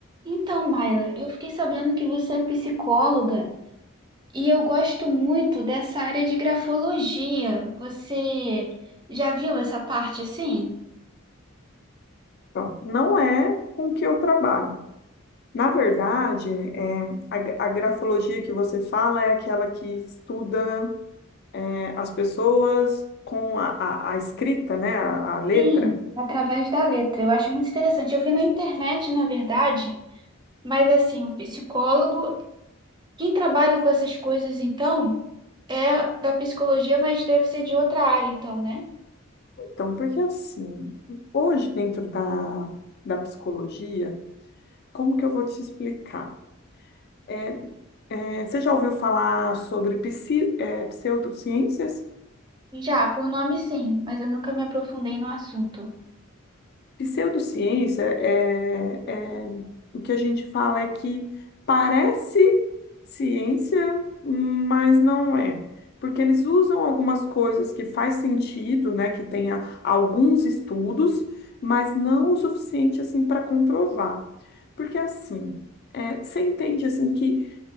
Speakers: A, on the right; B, on the left.
A: Então, Maila, eu fiquei sabendo que você é psicóloga e eu gosto muito dessa área de grafologia. Você já viu essa parte assim?
B: Então, não é com o que eu trabalho. Na verdade, é, a, gra- a grafologia que você fala é aquela que estuda é, as pessoas com a, a- a escrita, né, a, a letra.
A: Sim, através da letra. Eu acho muito interessante. Eu vi na internet, na verdade, mas assim, o psicólogo, quem trabalha com essas coisas então, é da psicologia, mas deve ser de outra área então, né?
B: Então, porque assim, hoje dentro da, da psicologia, como que eu vou te explicar? É, é, você já ouviu falar sobre psi, é, pseudociências?
A: Já, por nome sim, mas eu nunca me aprofundei no assunto.
B: Pseudociência é, é- o que a gente fala é que parece ciência, mas não é. Porque eles usam algumas coisas que faz sentido, né, que tenha alguns estudos, mas não o suficiente assim para comprovar. Porque assim, é, você entende assim que